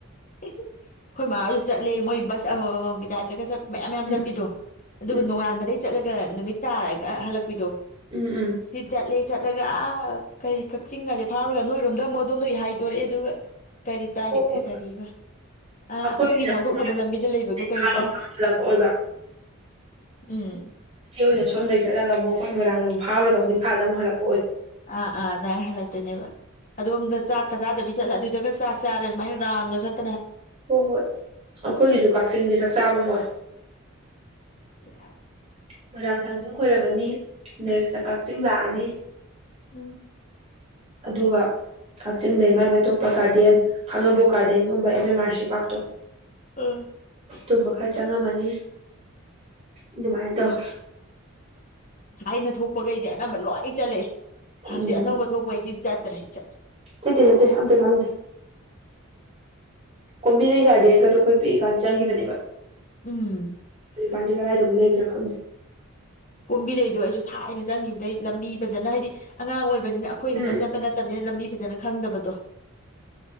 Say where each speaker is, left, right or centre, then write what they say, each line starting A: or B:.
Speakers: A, on the left (about 40°); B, on the right (about 30°).
A: ꯑꯩꯈꯣꯏ ꯃꯥꯥꯁꯨ ꯆꯠꯂꯦ ꯃꯣꯏ ꯕꯁ ꯑꯃꯃꯝꯒꯤ ꯇꯥꯏꯞꯇꯒ ꯆꯠꯄ ꯃꯌꯥꯝ ꯃꯌꯥꯝ
B: ꯎꯝ
A: ꯆꯠꯄꯤꯗꯣ ꯑꯗꯨꯒ
B: ꯎꯝ
A: ꯅꯣꯡꯉꯥꯟꯕꯗꯩ ꯅꯨꯃꯤꯠ ꯇꯥꯔꯒ ꯍꯜꯂꯛꯄꯤꯗꯣ
B: ꯎꯝ ꯎꯝ
A: ꯁꯤ ꯆꯠꯂꯦ ꯆꯠꯂꯒ ꯑ ꯀꯔꯤ ꯀꯛꯆꯤꯡ ꯒꯥꯔꯗꯦꯟ ꯐꯥꯎꯔꯒ ꯅꯣꯏꯔꯣꯝꯗ ꯑꯃꯨꯛ ꯑꯗꯣꯝꯗꯒꯤ ꯍꯥꯏꯗꯣꯔꯛꯑꯦ ꯑꯗꯨꯒ ꯀꯔꯤ ꯇꯥꯢꯔꯤ
B: ꯍꯣꯏ ꯍꯣꯏ
A: ꯀꯔꯤꯕ ꯑ
B: ꯑꯩꯈꯣꯏꯒꯤꯅ
A: ꯑꯗꯨꯒꯤ ꯐꯥꯎꯗꯣꯛꯅꯕ
B: ꯑꯃꯨꯛ
A: ꯂꯝꯕꯤꯗ ꯂꯩꯕꯗꯣ ꯀꯩꯕ
B: ꯍꯥꯟꯂꯣꯝꯗ ꯑꯃꯨꯛ ꯍꯜꯂꯛꯄ ꯑꯣꯏꯕ
A: ꯎꯝ
B: ꯏꯆꯦ ꯑꯣꯏꯅ ꯁꯣꯝꯗꯩ ꯆꯠꯂꯒ ꯑꯃꯨꯛ ꯈꯣꯏꯅ ꯃꯣꯢꯔꯥꯡꯂꯣꯝꯗ ꯐꯥꯎꯔꯒ ꯑꯃꯨꯛ ꯏꯝꯐꯥꯗ ꯑꯃꯨꯛ ꯍꯂꯛꯄ
A: ꯑꯥ ꯑꯥ ꯑꯗꯨꯃꯥꯏꯅ ꯍꯜꯂꯛꯇꯣꯏꯅꯦꯕ ꯑꯗꯣꯝꯗ ꯆꯥꯛꯀ ꯆꯥꯗꯕꯤ ꯆꯠꯂ ꯑꯗꯨꯗꯒ ꯆꯥꯛ ꯆꯥꯔ ꯑꯗꯨꯃꯥꯏꯅ ꯔꯥꯎꯟꯒ ꯆꯠꯂ
B: ꯍꯣꯏ ꯍꯣꯏ ꯑꯩꯈꯣꯏꯒꯤꯁꯨ ꯀꯛꯆꯤꯡꯗꯤ ꯆꯥꯛꯆꯥꯥꯕꯝ ꯑꯣꯏ
A: ꯀꯝ ꯆ
B: ꯃꯣꯏꯔꯥꯡ ꯊꯥꯡꯖꯤꯡ ꯈꯣꯏꯔꯝꯃꯅꯤ ꯅꯦꯛꯁꯇ ꯀꯛꯆꯤꯡ ꯂꯥꯛꯑꯅꯤ
A: ꯎꯝ
B: ꯑꯗꯨꯒ ꯀꯛꯆꯤꯡꯗꯩ ꯃꯥꯏ ꯃꯥꯏꯊꯣꯛꯄ ꯒꯥꯔꯗꯦꯟ ꯈꯥꯡꯉꯕꯣꯛ ꯒꯥꯔꯗꯦꯟꯒꯨꯝꯕ ꯑꯦꯝ ꯑꯦꯝ ꯑꯥꯔ ꯁꯤ ꯄꯥꯔꯛꯇꯣ
A: ꯎꯝ
B: <inaudible> ꯇꯨꯝꯕ ꯈꯔ ꯆꯪꯉꯝꯃꯅꯤ ꯑꯗꯨꯃꯥꯏꯅ ꯇꯧꯋꯦ
A: ꯊꯥꯏꯅ ꯊꯣꯛꯄꯈꯩꯗꯤ ꯑꯅꯝꯕ ꯂꯣꯏ ꯆꯠꯂꯦ ꯑꯩ ꯍꯧꯖꯤꯛ
B: ꯎꯝ
A: ꯑꯅꯧꯕ ꯊꯣꯛꯄꯩꯗꯤ ꯆꯠꯇ꯭ꯔꯦ ꯏꯆꯠ
B: ꯆꯠꯇꯦ ꯆꯠꯇꯦ ꯑꯝꯗ ꯈꯪꯗꯦ ꯀꯣꯝꯕꯤꯔꯩ ꯒꯥꯔꯗꯦꯟꯒꯗꯣ ꯑꯩꯈꯣꯏ ꯄꯤꯛꯏꯀꯥꯟꯗ ꯆꯪꯈꯤꯕꯅꯦꯕ
A: ꯎꯝ
B: ꯄꯜꯗꯤ ꯀꯗꯥꯢꯗꯕꯨ ꯂꯩꯕꯅꯣ ꯈꯪꯗꯦ
A: ꯀꯨꯝꯕꯤꯔꯩꯗꯣ ꯑꯩꯁꯨ ꯊꯥꯏꯅ ꯆꯪꯈꯤꯕꯗꯩ ꯂꯝꯕꯤ ꯐꯖꯅ ꯍꯥꯏꯗꯤ ꯑꯉꯥꯡ ꯑꯣꯏꯕꯅꯤꯅ ꯑꯩꯈꯣꯏ ꯈꯛꯇ
B: ꯎꯝ ꯎꯝ
A: ꯆꯠꯄ ꯅꯠꯇꯕꯅꯤꯅ ꯂꯝꯕꯤ ꯐꯖꯅ ꯈꯪꯗꯕꯗꯣ